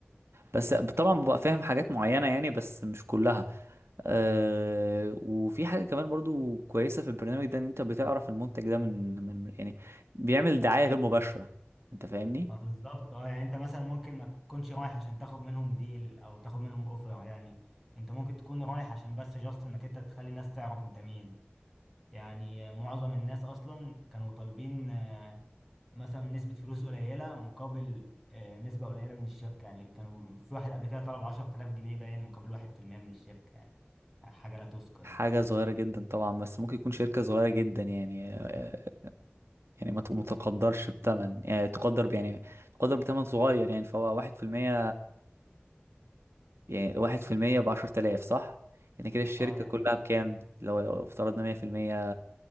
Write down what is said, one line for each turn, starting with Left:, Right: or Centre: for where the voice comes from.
Right: بس طبعا ببقى فاهم حاجات معينة يعني بس مش كلها آه وفي حاجة كمان برضو كويسة في البرنامج ده ان انت بتعرف المنتج ده من, من يعني بيعمل دعاية غير مباشرة انت فاهمني
Centre: ما بالظبط اه يعني انت مثلا ممكن ما تكونش رايح عشان تاخد منهم ديل او تاخد منهم اوفر يعني انت ممكن تكون رايح عشان بس جاست انك انت تخلي الناس تعرف انت مين يعني معظم الناس اصلا كانوا طالبين آه، مثلا نسبة فلوس قليلة مقابل آه، نسبة قليلة من الشركة يعني كانوا في واحد قبل كده طلب 10000 جنيه باين مقابل 1% من الشركة يعني حاجة لا تذكر
Right: حاجة
Centre: يعني
Right: صغيرة جدا طبعا بس ممكن يكون شركة صغيرة جدا يعني آه يعني ما ت- ما تقدرش بتمن يعني تقدر ب- يعني تقدر بتمن صغير يعني فهو واحد في المية يعني واحد في المية بعشرة آلاف صح؟ يعني كده الشركة
Centre: اه يعني
Right: كلها بكام؟ لو افترضنا مية في المية